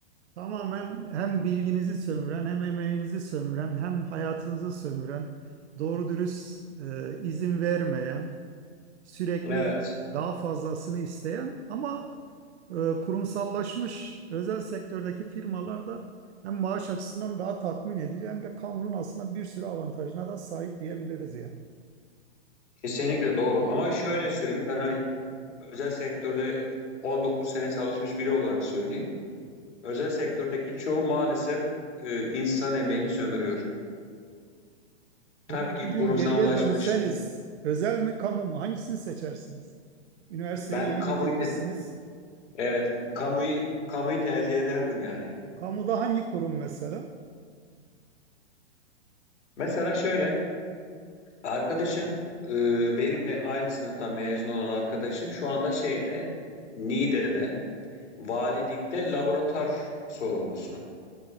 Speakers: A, on the right; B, on the left.
A: Tamamen hem bilginizi sömüren, hem emeğinizi sömüren, hem hayatınızı sömüren, doğru dürüst e, izin vermeyen, sürekli
B: Evet,
A: daha fazlasını isteyen ama e, kurumsallaşmış özel sektördeki firmalar da hem maaş açısından daha tatmin edici hem de kamunun aslında bir sürü avantajına da sahip diyebiliriz yani.
B: kesinlikle doğru. Ama şöyle söyleyeyim, ben hani özel sektörde 19 sene çalışmış biri olarak söyleyeyim. Özel sektördeki çoğu maalesef e, insan emeğini sömürüyor. Tabii
A: Peki
B: ki
A: bugün
B: kurumsallaşmış.
A: geriye dönseniz özel mi kamu mu hangisini seçersiniz? Üniversiteyi
B: Ben
A: yeni
B: kamuyu
A: bitirmişsiniz.
B: te- evet, kamuyu kamuyu tercih ederdim yani.
A: Kamuda hangi kurum mesela?
B: Mesela şöyle Arkadaşım e, benimle aynı sınıftan mezun olan arkadaşım şu anda şeyde Niğde'de valilikte laboratuvar sorumlusu.